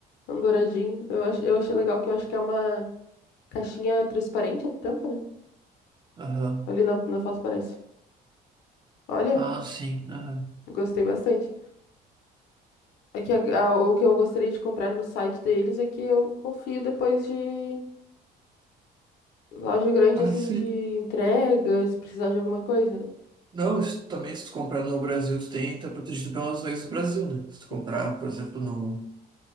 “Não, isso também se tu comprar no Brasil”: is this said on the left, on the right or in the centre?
Right